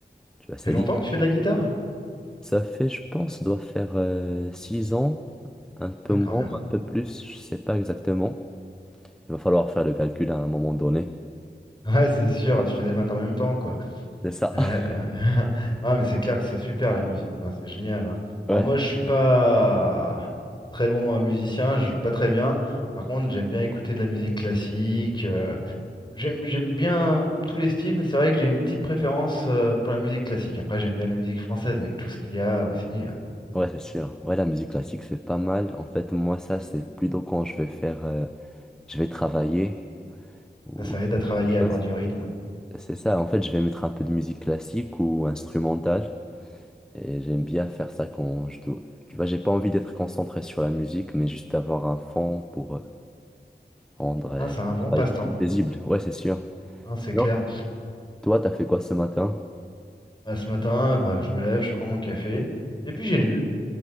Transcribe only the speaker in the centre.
Tu vois,
c'est
Ça fait, je pense, doit faire euh, six ans, un peu
moins,
un peu plus, je sais pas exactement. Il va falloir faire le calcul à un moment donné.
C'est ça.
<laughs>
Ouais,
ouais, c'est sûr. Ouais, la musique classique, c'est pas mal. En fait, moi, ça, c'est plutôt quand je vais faire, euh, je vais travailler ou
quelque chose.
C'est ça. En fait, je vais mettre un peu de musique classique ou instrumentale. Et j'aime bien faire ça quand je dois. Tu vois, j'ai pas envie d'être concentré sur la musique, mais juste d'avoir un fond pour euh, Rendrait
le
travail
plus paisible. Ouais, c'est sûr.
Sinon,
toi, t'as fait quoi ce matin?